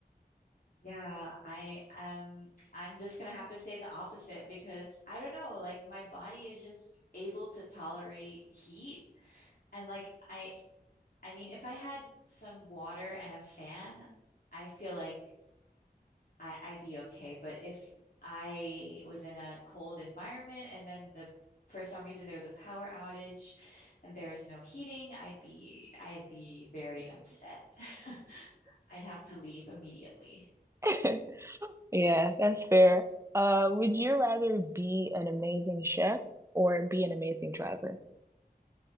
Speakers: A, on the left; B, on the right.
A: Yeah, I um I'm just gonna have to say the opposite because I don't know, like my body is just able to tolerate heat and like I I mean if I had some water and a fan, I feel like I, I'd be okay. But if I was in a cold environment and then the for some reason there was a power outage and there was no heating, I'd be I'd be very upset. <laughs> I'd have to leave immediately.
B: <laughs> Yeah, that's fair. Uh, would you rather be an amazing chef or be an amazing driver?